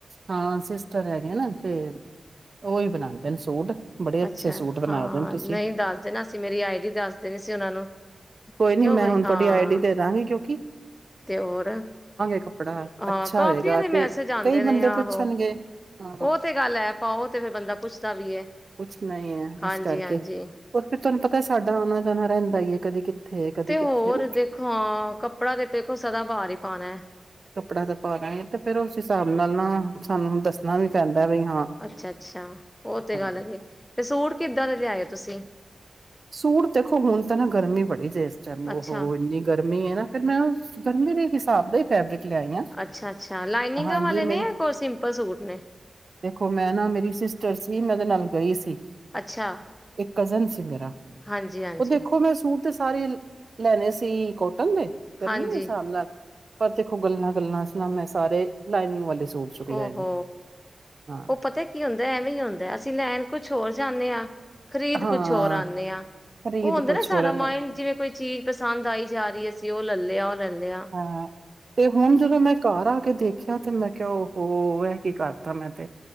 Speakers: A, on the right (about 55°); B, on the left (about 15°).
A: ਹਾਂ ਸਿਸਟਰ ਹੈਗੇ ਨਾ ਤੇ ਉਹਹੀ ਬਣਾਉਂਦੇ ਨੇ ਸੂਟ ਬੜੇ ਅੱਛੇ
B: ਅੱਛਾ
A: ਸੂਟ ਬਣਾਏ
B: ਹਾਂ
A: ਦੇ ਨੇ ਤੁਸੀਂ
B: ਨਹੀਂ ਦੱਸ ਦੇ ਨਾ ਅਸੀਂ ਮੇਰੀ ਆਈਡੀੀ ਦੱਸ ਦੇਣੀ ਸੀ ਉਹਨਾਂ ਨੂੰ
A: ਕੋਈ ਨੀ
B: ਕਿਉਂ
A: ਮੈਂ
B: ਬਈ
A: ਹੁਣ ਤੁਹਾਡੀ
B: ਹਾਂ
A: ਆਈ ਡਡੀ ਦੇ ਦਵਾਂਗੀ ਜੋ
B: ਤੇ ਹੋਰ
A: ਕੱਪੜਾ
B: ਹਾਂ
A: ਅੱਛਾ
B: ਕਾਫੀਆਂ
A: ਹੋਏਗਾ
B: ਦੇ ਮੈਸੇਜ
A: ਤੇ
B: ਆਉਂਦੇ
A: ਕਈ
B: ਨੇ
A: ਬੰਦੇ
B: ਆਹੋ
A: ਪੁੱਛਣਗੇ ਹਾਂ
B: ਉਹ ਤੇ ਗੱਲ ਐ ਉਹ ਤੇ ਫਿਰ ਬੰਦਾ ਪੁੱਛਦਾ ਵੀ
A: ਕੁਛ ਨ ਹੈ
B: ਹਾਂਜੀ
A: ਇਸ ਕਰਕੇ
B: ਹਾਂਜੀ
A: ਉਹ ਫਿਰ ਤੁਹਾਨੂੰ ਪਤਾ ਸਾਡਾ ਆਨਾ ਜਾ ਪੈਂਿੰਦਾ ਈਏ ਕਦੇ ਕਿਤੇ ਕਿਥੇ ਕਦੀ
B: ਤੇ ਹੋਰ
A: ਕਿੱਥੇ ਨਾ
B: ਦੇਖੋ ਹਾਂ ਕੱਪੜਾ ਤੇ ਦੇਖੋ ਸਦਾ ਬਾਹਰ ਹੀ ਪਾਉਣਾ ਹੈ
A: ਕੱਪੜਾ ਤੇ ਪਾ ਲੈਗੇ ਤੇ ਫੇਿਰ ਉਸ ਹਿਸਾਬ ਨਾਲ ਨਾ ਤੁਹਾਨੂੰ ਦੱਸਣਾ ਵੀ ਪੈਂਦਾ ਬਈ ਹਾਂ
B: ਅੱਛਾ ਅੱਛਾ ਉਹ ਤੇ
A: ਹਾਂ
B: ਗੱਲਗੇ ਤੇ ਸੂਟ ਕਿੱਦਾਂ ਦੇ ਲਿਆਏ ਤੁਸੀਂ
A: ਸੂਟ ਦੇਖੋ ਹੁਣ ਤਾਂ ਨਾ ਗਰਮੀ ਬੜੀ ਜੇ ਉਹਹ
B: ਅੱਛਾ
A: ਇੰਨੀ ਗ ਗਰਮੀ ਹੈ ਨਾ ਫ਼ਿਰ ਮੈਂ ਗਰਮੀੇ ਦੇ ਹਿਸਾਬ ਦੇ ਫੈਬਰਿਕ ਲਿਆਈ ਆ
B: ਅੱਛਾ-ਅੱਛਾ ਲਾਈਨਿੰਗਾਂ
A: ਹਾਂਜੀ
B: ਵਾਲੇ ਨੇ
A: ਮੇਰੀ
B: ਜਾਂ ਕੋਈ ਸਿੰਪਲ ਸੂਟ ਨੇ
A: ਦੇਖੋ ਮੈਂ ਨਾ ਮੇਰੀ ਸਿਸਟਰ ਨੀ ਮੈਂ ਉਹਦੇ ਨਾਲ ਗਈ ਸੀ।
B: ਅੱਛਾ
A: ਇੱਕ ਕਜ਼ਨ ਸੀ ਮੇਰਾ।
B: ਹਾਂਜੀ- ਹਾਂਜੀ,
A: ਉਹ ਦੇਖੋ ਮੈਂ ਸੂਟ ਤੇ ਸਾਰੇ ਲੈਣੇ ਸੀ ਕੋ, ਕੰੰਗ ਏ ਗਰਮੀ
B: ਹਾਂਜੀ
A: ਨਹੀਂ ਸ਼ਾਮ
B: ਹਾਂਜੀ।
A: ਨਾਲ। ਪਰ ਦੇਖੋ ਗੱਲਾਂ ਗੱਲਾਂ ਸੁਣਾ ਮੈਂ ਸਾਰੇ ਲਾਈਨਿੰਗ ਵਾਲੇ <unintelligible> ਲਿਆਈ
B: ਉਹ ਹੋ
A: ਆ
B: ਉਹ ਪਤਾ ਕੀ ਹੁੰਦਾ ਐਵੇਂ ਹੀ ਹੁੰਦਾ ਅਸੀਂ ਲੈਣ- ਕੁਛ ਹੋਰ ਜਾਨੇ ਹਾਂ। ਖ਼ਰੀਦ
A: ਹਾਂ ਹਾਂ
B: ਕੁਛ ਹੋਰ ਆਉਂਦੇ ਆ,
A: ਖਰੀਦ
B: ਉਹ ਹੁੰਦਾ
A: ਕੁਛ
B: ਨਾ ਸਾਰਾ
A: ਹੋਰ ਨੇ
B: ਮਾਇੰਡ ਜਿਵੇਂ ਕੋਈ ਚੀਜ਼ ਪਸੰਦ ਆਈ ਜਾ ਰਹੀ ਹੈ। ਤੇ ਉਹ ਲੈ ਲਿਆ ਉਹ ਲੈ ਲਿਆ,
A: ਹਾਂ ਤੇ ਹੁਣ ਜਦੋਂ ਮੈਂ ਘਰ ਆ ਕੇ ਦੇਖਿਆ ਤੇ ਮੈਂ ਕਿਹਾ ਉਹ ਇਹ ਕੀ ਕਰਤਾ ਮੈਂ ਤੇ,